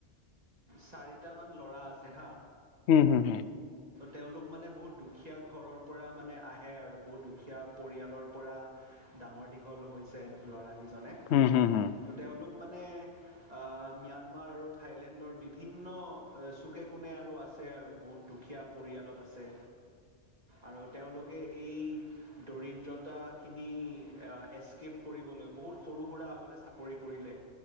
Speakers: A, on the right (about 35°); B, on the left (about 65°).
A: চাৰিটামান ল'ৰা আছে, হা।
B: হুঁ, হুঁ, হুঁ।
A: তেওঁলোক মানে বহুত দুখীয়া ঘৰৰ পৰা মানে আহে আৰু, বহুত দুখীয়া পৰিয়ালৰ পৰা ডাঙৰ দীঘল হৈছে ল'ৰা কেইজনে।
B: হুম হুম হুম
A: তেওঁলোক মানে আ' ম্যানমাৰ আৰু থাইলেণ্ডৰ বিভিন্ন চুকে-কোণে আৰু আ আছে আৰু। বহুত দুখীয়া পৰিয়ালত আছে আৰু তেওঁলোকে এই দৰিদ্ৰতাখিনি এস্কেপ কৰি বহুত সৰু-সুৰা আগতে চাকৰি কৰিলে।